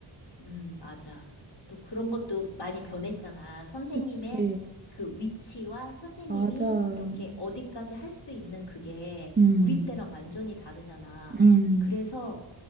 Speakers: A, on the left; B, on the right.
A: 음, 맞아. 또 그런 것도 많이 변했잖아. 선생님의
B: 그치,
A: 그 위치와 선생님이
B: 맞아.
A: 이렇게 어디까지 할 수 있는 그게
B: 음,
A: 우리 때랑 완전히 다르잖아.
B: 음,
A: 그래서